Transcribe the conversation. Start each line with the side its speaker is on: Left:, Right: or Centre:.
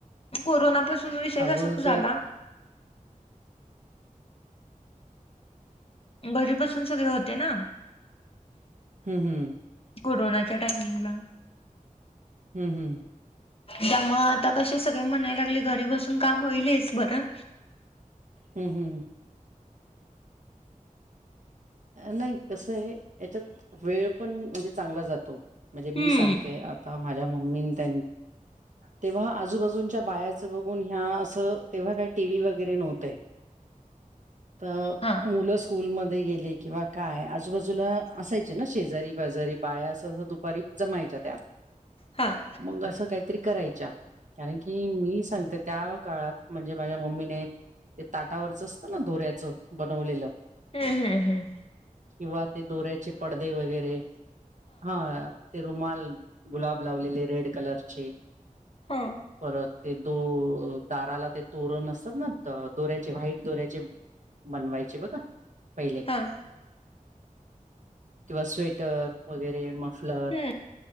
Left: कोरोनापासून विषय
Right: अगोदर
Left: क झाला घरी बसून सगळे होते ना.
Right: हम् हम्
Left: कोरोनाच्या टायमिंगला
Right: हुं हू
Left: त्यामुळं आता कसे सगळे म्हणायला लागले घरी बसून काम होईल हेच बरं.
Right: हूं हूं नाही कसं आहे याच्यात वेळ पण म्हणजे चांगला जातो म्हणजे मी
Left: हम्म.
Right: सांगते आता माझ्या मम्मीनी त्यां तेव्हा आजूबाजूंच्या बायाचं बघून ह्या असं तेव्हा काही टीव्ही वगैरे नव्हतंय तर
Left: हां
Right: मुलं स्कूलमध्ये गेले किंवा काय आजूबाजूला असायचे ना शेजारी बाजारी बाया असं असं दुपारी जमायच्या त्या
Left: हां
Right: मग असं काहीतरी करायच्या कारण की मी सांगते त्या काळात म्हणजे माझ्या मम्मीने ते ताटावरच असतं ना दोऱ्याचं बनवलेलं
Left: हम्म हम् हम्
Right: किंवा ते दोऱ्याचे पडदे वगैरे हा ते रुमाल गुलाब लावलेले रेड कलरचे
Left: हा
Right: परत ते दो दाराला ते तोर नसत ना दोऱ्याचे व्हाईट दोऱ्याचे बनवायचे बघा पहिले
Left: हां
Right: किंवा स्वेटर वगैरे मफलर
Left: हम्म.